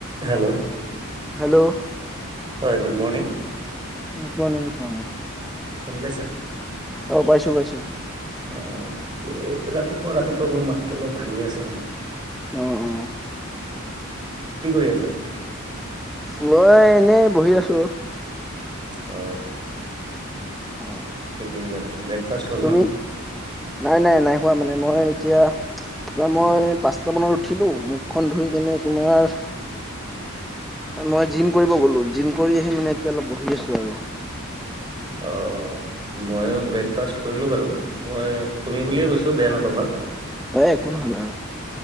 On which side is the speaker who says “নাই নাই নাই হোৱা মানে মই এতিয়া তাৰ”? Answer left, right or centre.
Centre